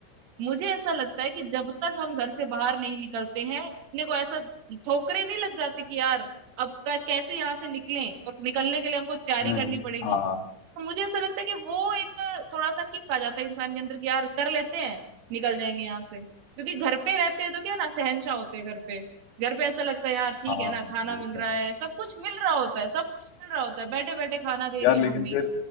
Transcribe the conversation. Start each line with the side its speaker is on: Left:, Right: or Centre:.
Right: मुझे ऐसा लगता है कि जब तक हम घर से बाहर नहीं निकलते हैं अपने को ऐसा ठोकरे नहीं लग जाते कि यार अब क- कैसे यहाँ से निकलें और निकलने के लिए हमको तैयारी
Left: हम्म
Right: करनी पड़ेगी
Left: हाँ
Right: तो मुझे ऐसा लगता है कि वो एक थोड़ा सा किक आ जाता है इंसान के अंदर कि यार कर लेते हैं निकल जाएंगे यहाँ से क्योंकि घर पे रहते हैं तो क्या ना शहंशाह होते हैं घर पे घर पे ऐसा लगता है यार ठीक
Left: हाँ
Right: है ना खाना
Left: ये
Right: मिल
Left: तो
Right: रहा है
Left: है
Right: सब कुछ मिल रहा होता है सब कुछ मिल रहा होता है बैठे बैठे खाना दे
Left: यार
Right: रही है
Left: लेकिन
Right: मम्मी
Left: फिर